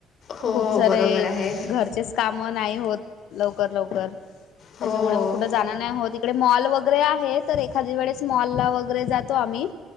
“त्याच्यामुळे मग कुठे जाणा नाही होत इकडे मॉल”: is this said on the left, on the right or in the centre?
Left